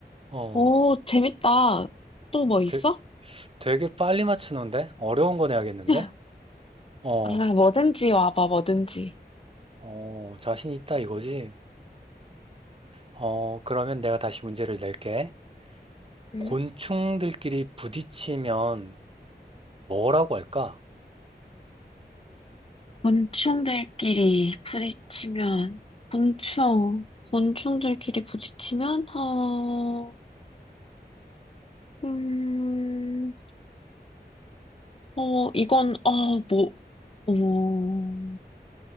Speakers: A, on the right; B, on the left.
A: 어,
B: 오, 재밌다. 또 뭐 있어?
A: 되, 되게 빨리 맞추는데? 어려운 거 내야겠는데?
B: <laughs>
A: 어,
B: 아, 뭐든지 와봐, 뭐든지.
A: 어, 자신 있다 이거지? 어, 그러면 내가 다시 문제를 낼게.
B: 음.
A: 곤충들끼리 부딪히면 뭐라고 할까?
B: 곤충들끼리 부딪히면, 곤충, 곤충들끼리 부딪히면, 어, 음, 어, 이건, 어, 뭐, 어,